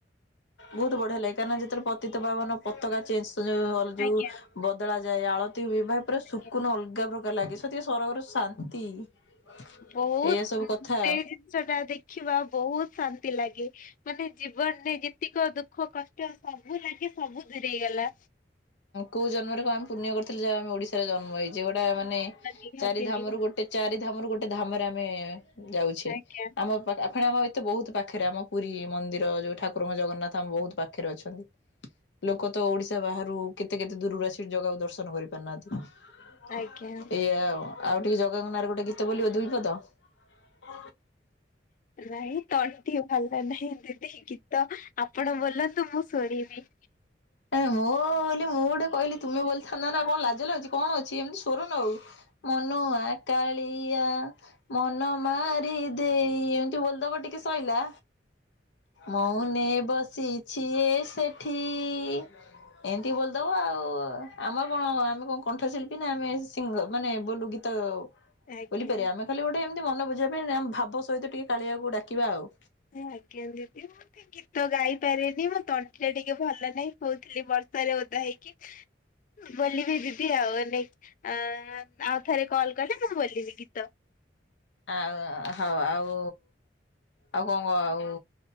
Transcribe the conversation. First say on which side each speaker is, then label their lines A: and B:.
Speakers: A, on the left; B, on the left.
A: ବହୁତ ବଢିଆ ଲାଗେ କାରଁ ନା ଯେତେବେଳେ ପତିତ ପାବନ ପତାକା ଚେଞ୍ଜ ଛୁଞ୍ଜା ଯୋଉ
B: ଆଜ୍ଞା
A: ବଦଳା ଯାଏ ଆଳତି ହୁଏ ବା ପୁରା ଶୁକୁନ
B: ଆଜ୍ଞା
A: ଅଲଗା ପ୍ରକାର ଲାଗେ ସତିକା ସରଗର ଶାନ୍ତି ଏଇଆ
B: ବହୁତ
A: ସବୁ କଥା
B: ସେ
A: ଆଉ।
B: ଜିନିଷ ଟା ଦେଖିବା ବହୁତ ଶାନ୍ତି ଲାଗେ। ମାନେ ଜୀବନରେ ଯେତିକ ଦୁଃଖ କଷ୍ଟ ସବୁ ଲାଗେ ସବୁ ଦୂରେଇ ଗଲା।
A: କୋଉ ଜନ୍ମରେ କଣ ଆମେ ପୁଣ୍ୟ କରିଥିଲେ ଯାହା ଆମେ ଓଡିଶାର ଜନ୍ମ ହେଇଛେ ଗୋଟା ମାନେ
B: ନିହାତିନି
A: ଚାରି ଧାମରୁ ଗୋଟେ ଚାରି ଧାମରୁ ଗୋଟେ ଧାମରେ ଆମେ ଯାଉଛେ
B: ଆଜ୍ଞା।
A: ଆମ ପାଖ ଫେଣେ ଆମ ଏତେ ବହୁତ ପାଖରେ ଆମ ପୁରୀ ମନ୍ଦିର ଯୋଉ ଠାକୁରଙ୍କ ଜଗନ୍ନାଥ ଆମ ବହୁତ ପାଖରେ ଅଛନ୍ତି। ଲୋକ ତ ଓଡିଶା ବାହାରୁ କେତେ କେତେ ଦୂରରୁ ଆସିକି ଜାଗାକୁ ଦର୍ଶନ କରିପାରୁନାହାଁନ୍ତି
B: ଆଜ୍ଞା
A: ଏଇଆ ଆଉ। ଆଉ ଟିକେ ଜଗାଙ୍କ ନାଁରେ ଗୋଟେ ଗୀତ ବୋଲିବ ଦୁଇପଦ? ହ
B: ନାଇଁ ତଣ୍ଟି ଭଲ ନାହିଁ ଦିଦି ଗୀତ ଆପଣ ବୋଲନ୍ତୁ ମୁଁ ଶୁଣିବି।
A: ନାଇଁ ମୁଁ ବୋଲି ମୁଁ ଗୋଟେ କହିଲି ତୁମେ ବୋଲିଥାନ୍ତା ନା କଣ ଲାଜ ଲାଗୁଛି କଣ ଅଛି ଏମିତି ସ୍ୱର ନହଉ। ମନୁଆ କାଳିଆ ମନ ମାରି ଦେଇ ଏମତି ବୋଲଦବ ଟିକେ ସଇଲା। ମଉନ ବସିଛି ଏ ସେଠି ଇ ଏମିତି ବୋଲିଦବ ଆଉ ଆମର କଣ ଆମେ କଣ କଣ୍ଠଶିଳ୍ପୀ ନା ଆମେ ସିଙ୍ଗର ମାନେ ବୋଲୁ ଗୀତ ତ
B: ଆଜ୍ଞା।
A: ବୋଲିପାରିବା ଆମେ ଖାଲି ଗୋଟେ ଏମିତି ମନ ବୁଝିବା ପାଇଁ ଭାବ ସହିତ ଟିକେ କାଳିଆକୁ ଡାକିବା ଆଉ।
B: ହଁ ଆଜ୍ଞା ଦିଦି <unintelligible> ଗୀତ ଗାଇ ପାରେନି ମୋ ତଣ୍ଟି ଟା ଟିକେ ଭଲ ନାହିଁ କହୁଥିଲି ବର୍ଷାରେ ଓଦା ହେଇକି ବୋଲିବି ଦିଦି ଆଉ ଏନେ ଅ ଆଉ ଥରେ କଲ କଲେ ମୁଁ ବୋଲିବି ଗୀତ।
A: ଆଉ ହଉ ଆଉ ଆଉ କଣ କ ଆଉ